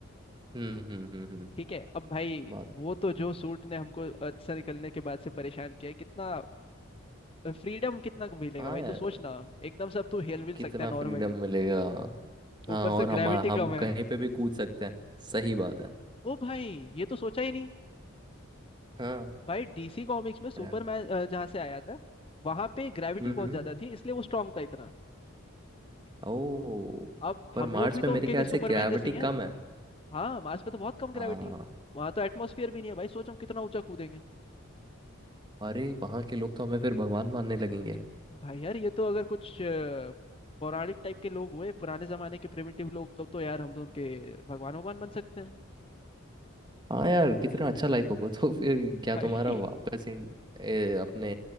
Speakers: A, on the right (about 20°); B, on the left (about 25°).
A: हम्म हम्म हम्म हम्म
B: ठीक है अब भाई
A: बात
B: वो तो जो सूट ने हमको अर्थ से निकलने के बाद से परेशान किया है कितना फ्रीडम कितना मिलेगा
A: हाँ
B: भाई
A: यार
B: तू सोच ना एकदम से अब तू हिल मिल
A: कितना
B: सकता है नॉर्मली
A: फ्रीडम मिलेगा हाँ
B: ऊपर से
A: और हम
B: ग्रेविटी
A: हम
B: कम है
A: कहीं पे भी कूद सकते हैं सही बात है
B: ओ भाई ये तो सोचा ही नहीं
A: हाँ
B: भाई डीसी कॉमिक्स में सुपरमैन
A: है।
B: जहाँ से आया था वहां पे ग्रेविटी
A: हम्म
B: बहुत ज्यादा थी इसलिए वो स्ट्रांग था इतना
A: ओ
B: अब
A: पर
B: हम लोग
A: मार्स
B: भी तो
A: में मेरे
B: उनके
A: ख्याल
B: लिए सुपरमैन
A: से ग्रेविटी
B: जैसे ही हैं
A: कम है
B: हाँ मार्स पे तो बहुत कम
A: हाँ
B: ग्रेविटी है वहां तो एटमोसफियर भी नहीं है भाई सोचो हम कितना ऊंचा कूदेंगे
A: अरे वहाँ के लोग तो हमें फिर भगवान मानने लगेंगे
B: भाई यार ये तो अगर कुछ अ, पौराणिक टाइप के लोग हुए पुराने जमाने के प्रिमिटिव लोग तो तो यार हम तो उनके भगवान भगवान बन सकते हैं
A: हाँ यार कितना अच्छा लाइफ होगा तो फिर क्या
B: भाई
A: तुम्हारा वापस इन, ए, अपने